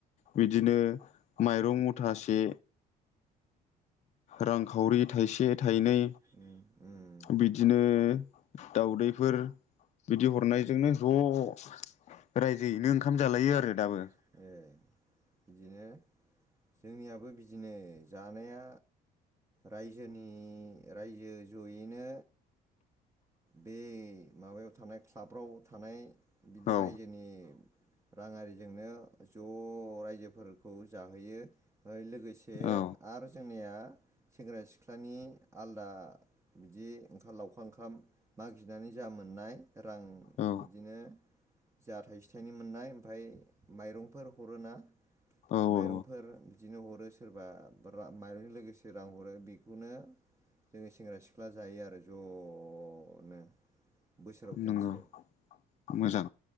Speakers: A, on the left (about 45°); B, on the right (about 15°).
A: बिदिनो माइरं मुथासे रां खावरि थाइसे थाइनै
B: बिदिनो उम
A: बिदिनो दाउदैफोर बिदि हरनायजोंनो ज' राइजोयैनो ओंखाम जालायो आरो दाबो।
B: ए बिदिनो जोंनियाबो बिदिनो जानाया राइजोनि राइजो ज'यैनो बे माबायाव थानाय क्लाबफ्राव थानाय बिदि
A: औ
B: राइजोनि रां आरिजोंनो ज' राइजोफोरखौ जाहोयो लो गोसे
A: औ
B: आरो जों जोंनिया सेंग्रा सिख्लानि आलदा बिदि ओंखाम लावखार ओंखाम मागिनानै जा मोननाय रां
A: औ
B: बिदिनो जा थाइसे थाइनै मोननाय ओमफ्राय माइरंफोर हरोना
A: औ औ
B: माइरंफोर बिदिनो हरो सोरबा माइरंजों लोगोसे रां हरो बेखौनो जोङो सेंग्रा सिख्ला जायो आरो ज' ज'नो बोसोराव खनसे।
A: नंगौ मोजां